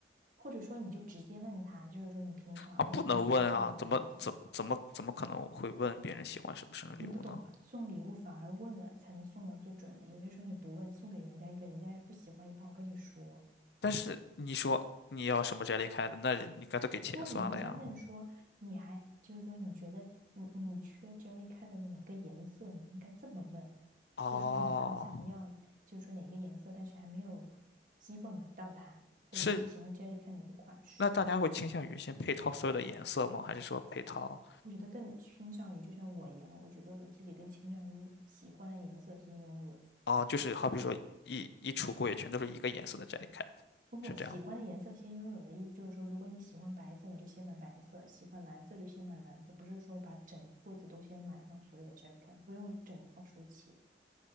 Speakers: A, on the right (about 45°); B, on the left (about 65°).
A: 或者说你就直接问他，就是说你平常你平常有的眼子多，
B: 啊，不能问啊，怎么怎怎么怎么可能会问别人喜欢什么生日礼物呢？
A: 你不懂送礼物，反而问了才能送到最准的。有些时候你不问，送给人家一个人家也不喜欢，也不好跟你说。
B: 但是你说你要什么 Jellycat，那人你干脆给钱算了呀。
A: 不过你应该问说，你还就是说你觉得你你缺 Jellycat 的哪个颜色，你应该这么问，
B: 哦，
A: 或者说你很想要就是说哪个颜色，但是还没有机会买到它，或者说你喜欢
B: 是，
A: Jellycat 哪个款式。
B: 那大家会倾向于先配套所有的颜色吗？还是说配套？
A: 我觉得更倾向于，就像我一样，我觉得我自己更倾向于喜欢的颜色先拥有。
B: 哦，就是好比说一一橱柜全都是一个颜色的 Jellycat，
A: 不不，
B: 是这样
A: 喜欢的颜色先拥有的意思就是说，如果你喜欢白色，你就先买白色；喜欢蓝色就先买蓝色，不是说把整柜子都先买上所有的 j e l l y c a 不用整套收齐。